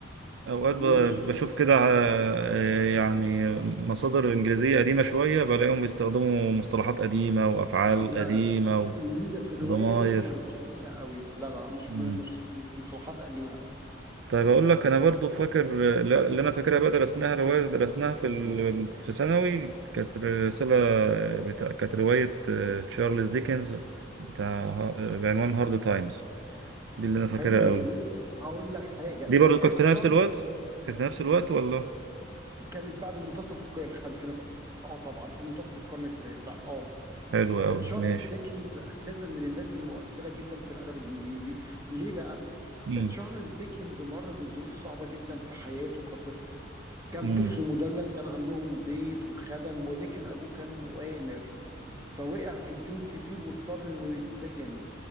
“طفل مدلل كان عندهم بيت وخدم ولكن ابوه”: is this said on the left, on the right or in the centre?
Right